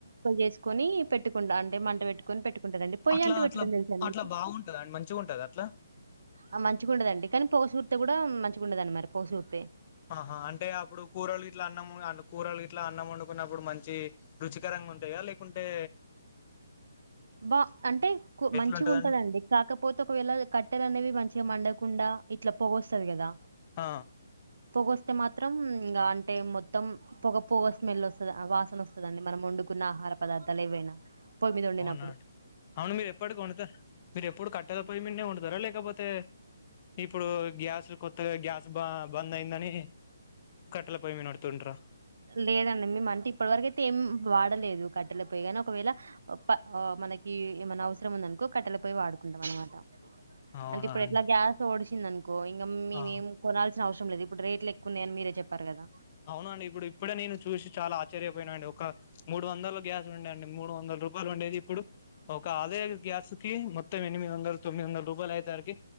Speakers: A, on the right; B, on the left.
A: జేసుకొని పెట్టు కుండా అంటే మంట పెట్టుకొని పెట్టుకుంటరండి పొయ్య
B: అట్లా
A: అంట పెట్టడం
B: అట్లా
A: తెలుసా
B: అట్లా
A: మీకు
B: బాగుంటదా అండి మంచిగా ఉంటదా అట్లా
A: ఆ మంచిగా ఉంటదండి కానీ పోసూర్త కూడా మంచిగుండదండి మరి పోసూర్తె
B: ఆహా అంటే అప్పుడు కూరలు గిట్లా అన్నం కూరలు ఇట్లా అన్నం వండుకున్నప్పుడు మంచి రుచికరంగా ఉంటాయ లేకుంటే
A: బా అంటే
B: ఎట్లుంటదండి
A: మంచిగా ఉంటదండి కాకపోతే ఒకవేళ కట్టెలు అనేవి మంచిగా మండకుండా ఇట్లా పోగొస్తది కదా
B: ఆ
A: పొగ వస్తే మాత్రం ఇంకా అంటే మొత్తం పొగ పొగ స్మెల్ వస్తది ఆ వాసన వస్తదండి మనం వండుకున్న ఆహార పదార్థాలు ఏవైనా పోయిమిద ఒండినపుడు
B: ఆ అవును మీరు ఎప్పటికి వండుతర మీరు ఎప్పుడు కట్టలపోయి మీనే వండుతరా లే లేకపోతే ఇప్పుడు గ్యాస్ కొత్తగా గ్యాస్ బా బంద్ అయిందని కట్టెల పోయిమీద వండుతుండ్ర
A: లేదండి మేము అంటే ఇప్పటి వరకయితే ఏం వాడలేదు కట్టెల పోయి కని ఒకవేళ ప మనకి ఏమైనా అవసరం ఉందనుకో కట్టెల పోయి వాడుకుంటం అనమాట
B: అవునా
A: అంటిప్పుడు
B: అండి
A: ఎట్లా గ్యాసోడషి చిందనుకో కొ ఇంగ మేమేం
B: ఆ
A: కొనల్సి అవసం లేదు ఇడు రేట్లూ ఎక్కువున్నాయని మీరె చెప్పారు కదా
B: అవునండి ఇప్పుడు ఇప్పుడే నేను చూసి చాలా ఆర్చర్యపోయినా అండి ఒక మూడు వందలు గ్యాస్ ఉండే అండి మూడు వందల రూపాయలు ఉండేది ఇప్పుడు ఒక అదే గ్యాస్ కి మొత్తం ఎనిమిది వందలు తొమ్మిది వందల రూపాలు అయేసరికి